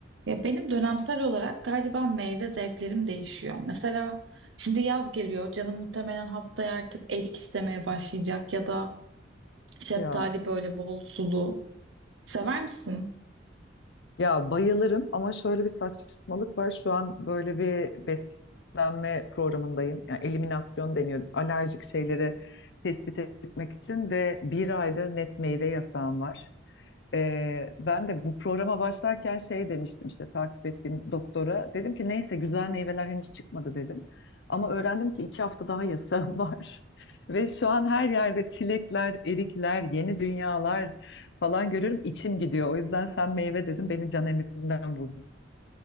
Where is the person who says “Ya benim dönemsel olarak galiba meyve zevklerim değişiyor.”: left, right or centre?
Right